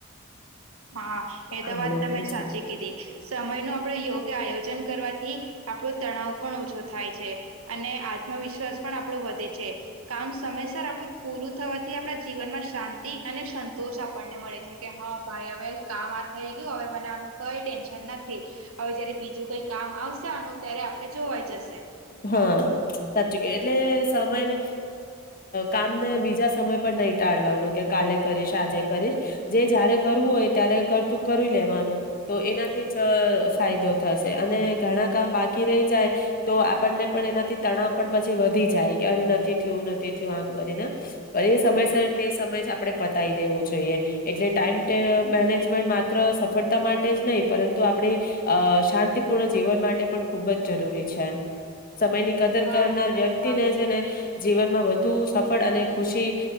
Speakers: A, on the right (about 75°); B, on the left (about 40°).
A: હા, એ તો
B: આવડો
A: વાત તમે
B: છે
A: સાચી કીધી સમયનો આપડે યોગ્ય આયોજન કરવાથી આપણો તણાવ પણ ઓછો થાય છે અને આત્મવિશ્વાસ પણ આપણો વધે છે. કામ સમયસર આપણું પૂરું થવાથી આપડા જીવનમાં શાંતિ અને સંતોષ આપણને મળે છે. કે હા, ભાઈ હવે કામ આ થઈ ગયું. હવે, મને આનું કઈ ટેન્શન નથી. હવે જયારે બીજું કઈ કામ. આમ આવશે આનું ત્યારે આપડે જોવાઈ જશે.
B: હા, સાચું કે એટલે સમયને. કામ ને બીજા સમય પર નહી ટાળવાનું કે કાલે કરીશ આજે કરીશ. જે જય્યારે કરવું. હોય ત્યારે કરું કરી લેવાનું, તો એનાથી જ ફાયદો થશે અને ઘણા કામ. બાકી રહી જાય તો. આપને પણ એનાથી તણાવ પણ પછી વધી જાય કે અરે નથી થયું નથી થયું આમ કરીને એ સમય. સમય જ આપડે પતાવી દેવું જોઈએ એટલે ટાઈમ મેનેજમેન્ટ માત્ર સફળતા. માટે જ નહીં પરંતુ આપણી શાંતિપૂર્ણ જીવન માટે પણ ખૂબ જ જરૂરી. છે સમયની કદર
A: હા
B: કરનાર
A: એ તો તમે
B: વ્યક્તિ
A: વાત
B: ને છે ને. જીવનમાં વધુ સફળ અને ખુશી